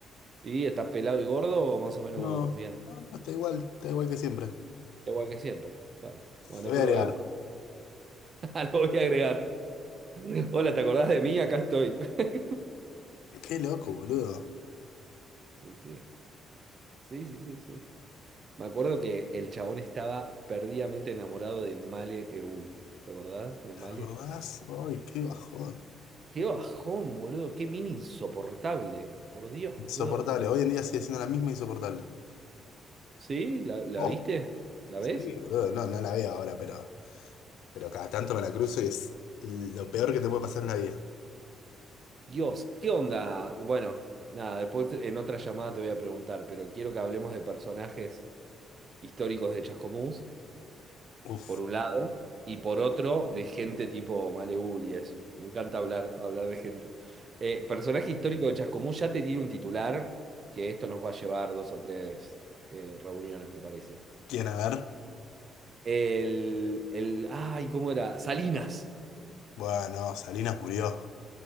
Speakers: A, on the right; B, on the left.
A: ¿Y está pelado y gordo? Más o menos
B: No,
A: bien.
B: no, no, está igual, está igual que siempre.
A: Igual que siempre, claro. Bueno,
B: Lo
A: después
B: voy a agregar.
A: lo voy a buscar. <laughs> Lo voy a agregar. Hola, ¿te acordás de mí? Acá estoy. <laughs>
B: Qué loco, boludo.
A: Y sí. Sí, sí, sí, sí. Me acuerdo que el chabón estaba perdidamente enamorado de Male Eul. ¿Te acordás de
B: ¿Te
A: Male?
B: acordás? Ay, qué bajón.
A: Qué bajón, boludo. Qué mina insoportable. Por Dios,
B: Insoportable.
A: boludo.
B: Hoy en día sigue siendo la misma insoportable.
A: ¿Sí? ¿La, la
B: Oh,
A: viste? ¿La
B: sí,
A: ves?
B: boludo, no, no la veo ahora, pero... Pero cada tanto me la cruzo y es lo peor que te puede pasar en la vida.
A: Dios, ¿qué onda? Bueno, nada, después en otra llamada te voy a preguntar, pero quiero que hablemos de personajes históricos de Chascomús.
B: Uf,
A: por un lado, y por otro, de gente tipo Maleul y eso. Me encanta hablar, hablar de gente. Eh, personaje histórico de Chascomús ya te tiene un titular, que esto nos va a llevar dos o tres eh, reuniones, me parece.
B: ¿quién a ver?
A: El, el, ay, ¿cómo era? Salinas.
B: Bueno, Salinas murió.